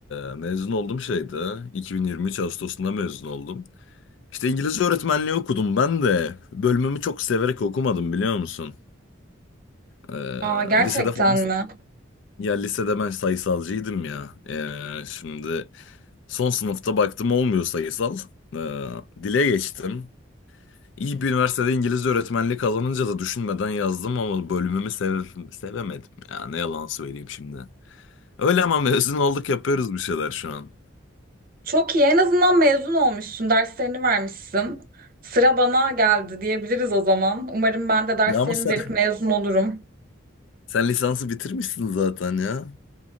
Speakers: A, on the left; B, on the right.
A: e, mezun oldum şeyde. 2023 Ağustos'unda mezun oldum. İşte İngilizce öğretmenliği okudum ben de. Bölümümü çok severek okumadım biliyor musun? E,
B: Aa, gerçekten
A: lisede falan
B: mi?
A: ya lisede ben sayısalcıydım ya. E, şimdi Son sınıfta baktım olmuyor sayısal. Ee, dile geçtim. İyi bir üniversitede İngilizce öğretmenliği kazanınca da düşünmeden yazdım ama bölümümü sev- sevemedim. Ya ne yalan söyleyeyim şimdi. Öyle ama mezun olduk yapıyoruz bir şeyler şu an.
B: Çok iyi. En azından mezun olmuşsun. Derslerini vermişsin. Sıra bana geldi diyebiliriz o zaman. Umarım ben de derslerimi
A: Ya ama sen,
B: verip mezun olurum.
A: sen lisansı bitirmişsin zaten ya.